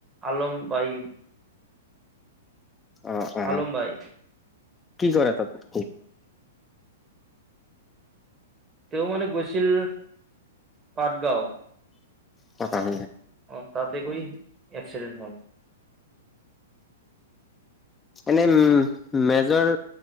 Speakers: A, on the right (about 25°); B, on the left (about 15°).
A: আলম ভাহ
B: অ অ
A: আলম ভাই
B: কি কৰা তাত
A: তেওঁ মানে গৈছিল পাটগাঁও
B: কথা শ
A: অ তাতে গৈ এক্সিডেণ্ট হ'ল
B: এনেই উম মেজৰ